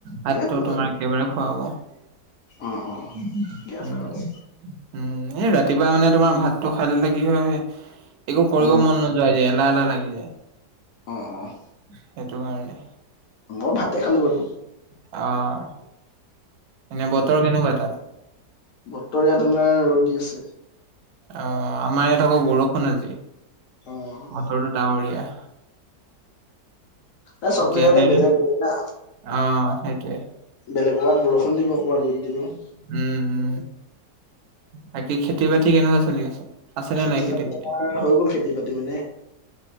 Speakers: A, on the right (about 70°); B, on the left (about 65°).
A: ভাতটো
B: ঠিকে আছে।
A: তোমাৰ একেবাৰে খুৱাব। উম,
B: অ', অ', ঠিকে আছে
A: উম, এই
B: বাৰু
A: ৰাতিপুৱা মানে তোমাৰ ভাতটো খাই লে কি হয় একো কৰিব
B: অ',
A: মন নোযোৱা হৈ যায় এলাহ, এলাহ লাগি যায়।
B: অ' অ'।
A: সেইটো কাৰণে।
B: মই ভাতে খালোঁ বাৰু।
A: অ', এনে বতৰ কেনেকুৱা তাত?
B: বতৰ ইয়াত আমাৰ ৰ'দ দি আছে।
A: অ'আমাৰ ইয়াত আকৌ বৰষুণ আজি বতৰটো
B: অ',
A: ডাৱৰীয়া।
B: এ, চব
A: বাকী
B: জেগাতেই
A: এনেই
B: বেলেগ, বেলেগ না।
A: অ সেইটোৱে
B: বেলেগ ক'ৰবাত বৰষুণ দিব, ক'বাত ৰ'দ দিব উম,
A: উম উম বাকী খেতি-বাতি কেনেকুৱা চলি আছে? আছেনে
B: খেতি-বাতি
A: নাই খেতি
B: <unintelligible>
A: বাতি
B: হৈ গ'ল খেতি-বাতি মানে